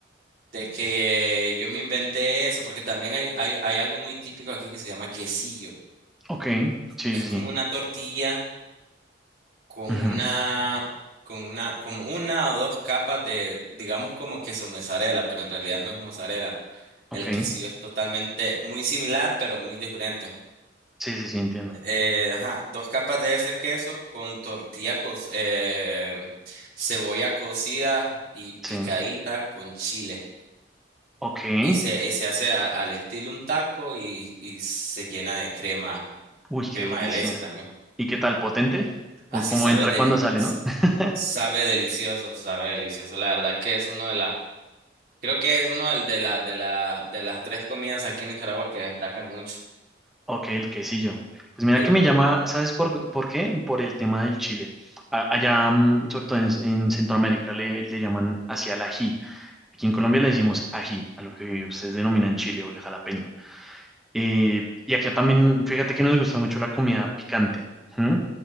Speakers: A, on the right (about 50°); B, in the centre.
A: de que yo me inventé eso, porque también hay, hay, hay algo muy típico aquí que se llama quesillo.
B: Ok. Sí,
A: Es
B: sí,
A: como
B: sí.
A: una tortilla con
B: Ujú.
A: una, con una, como una o dos capas de, digamos como queso mozzarella, pero en realidad no es mozzarella.
B: Ok.
A: El quesillo es totalmente muy similar, pero muy diferente.
B: Sí, sí, sí, entiendo.
A: Eh, ajá, dos capas de ese queso con tortilla, co- eh, cebolla cocida y picadita
B: Sí.
A: con chile.
B: Ok.
A: Y se, y se hace a- al estilo un taco y, y se llena de crema,
B: Uy,
A: crema
B: qué delicia.
A: de leche también.
B: ¿Y qué tal? ¿Potente?
A: Así
B: ¿Cómo, cómo
A: sabe,
B: entra
A: deli-
B: cuando sale, no? <laughs>
A: Sabe delicioso, sabe delicioso. La verdad que es uno de las, creo que es uno del- de la, de la, de las tres comidas aquí en Nicaragua que destacan mucho.
B: Ok, el quesillo. Pues mira
A: El
B: que
A: que,
B: me llama, ¿sabes por, por qué? Por el tema del chile. A- allá, mm, sobre todo en, en Centroamérica, le, le llaman hacia el ají. Aquí en Colombia le decimos ají, a lo que ustedes denominan chile o el jalapeño. Eh, y acá también, fíjate que nos gusta mucho la comida picante. ¿Mm?